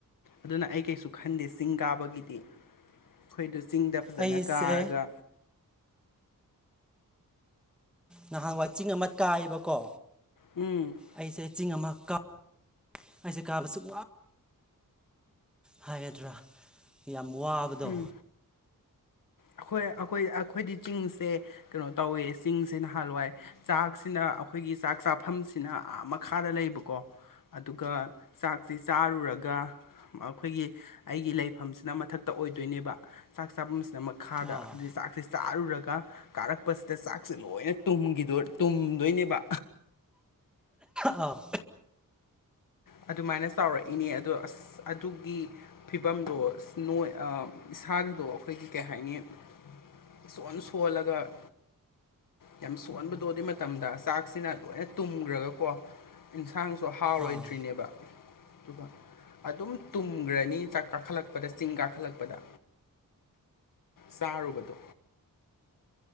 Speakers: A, on the left (about 70°); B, in the centre.
A: ꯑꯗꯨꯅ ꯑꯩ ꯀꯩꯁꯨ ꯈꯟꯗꯦ ꯆꯤꯡ ꯀꯥꯕꯒꯤꯗꯤ ꯑꯩꯈꯣꯏꯗ ꯆꯤꯡꯗ ꯐꯖꯅ
B: ꯑꯩꯁꯦ
A: ꯀꯥꯔꯒ
B: ꯅꯍꯥꯟꯋꯥꯏ ꯆꯤꯡ ꯑꯃ ꯀꯥꯏꯌꯦꯕꯀꯣ
A: ꯎꯝ
B: ꯑꯩꯁꯦ ꯆꯤꯡ ꯑꯃ ꯀꯥ ꯑꯩꯁꯦ ꯀꯥꯕꯁꯨ ꯋꯥ ꯍꯥꯏꯒꯗ꯭ꯔꯥ ꯌꯥꯝ ꯋꯥꯕꯗꯣ
A: ꯎꯝ ꯑꯩꯈꯣꯏ ꯑꯩꯈꯣꯏ ꯑꯩꯈꯣꯏꯗꯤ ꯆꯤꯡꯁꯦ ꯀꯩꯅꯣ ꯇꯧꯋꯦ ꯆꯤꯡꯁꯦ ꯅꯍꯥꯟꯋꯥꯏ ꯆꯥꯛ ꯆꯥꯛꯁꯤꯅ ꯑꯩꯈꯣꯏꯒꯤ ꯆꯥꯛ ꯆꯥꯐꯝꯁꯤꯅ ꯑ ꯃꯈꯥꯗ ꯂꯩꯕꯀꯣ ꯑꯗꯨꯒ ꯆꯥꯛꯁꯤ ꯆꯥꯔꯨꯔꯒ ꯑꯩꯈꯣꯏꯒꯤ ꯑꯩꯒꯤ ꯂꯩꯐꯝꯁꯤꯅ ꯃꯊꯛꯇ ꯑꯣꯏꯗꯣꯏꯅꯦꯕ ꯆꯥꯛ ꯆꯥꯐꯝꯁꯤꯅ ꯈꯥꯗ
B: ꯑꯥ
A: ꯑꯗꯨ ꯆꯥꯛꯁꯦ ꯆꯥꯔꯨꯔꯒ ꯀꯥꯔꯛꯄꯁꯤꯗ ꯆꯥꯛꯁꯦ ꯂꯣꯏꯅ ꯇꯨꯝꯗꯣꯏꯅꯦꯕ
B: ꯑꯥꯎ
A: ꯑꯗꯨꯃꯥꯏꯅ ꯆꯥꯎꯔꯛꯏꯅꯦ ꯑꯗꯣ ꯑꯁ ꯑꯗꯨꯒꯤ ꯐꯤꯕꯝꯗꯣ ꯅꯣꯏ ꯏꯁꯥꯗꯗꯣ ꯑꯩꯈꯣꯏꯒꯤ ꯀꯩ ꯍꯥꯏꯅꯤ ꯏꯁꯣꯟ ꯁꯣꯜꯂꯒ ꯌꯥꯝ ꯁꯣꯟꯕꯗꯣ ꯑꯗꯨ ꯃꯇꯝꯗ ꯆꯥꯛꯁꯤꯅ ꯂꯣꯏꯅ ꯇꯨꯝꯈ꯭ꯔꯒꯀꯣ ꯏꯟꯁꯥꯡ ꯁ ꯍꯥꯎꯔꯣꯏꯗ꯭ꯔꯤꯅꯦꯕ
B: ꯑꯥ
A: ꯑꯗꯨꯒ ꯑꯗꯨꯝ ꯇꯨꯝꯈ꯭ꯔꯅꯤꯛ ꯀꯥꯈꯠꯂꯛꯄꯗ ꯆꯤꯡ ꯀꯥꯈꯠꯂꯛꯄꯗ ꯆꯥꯔꯨꯕꯗꯣ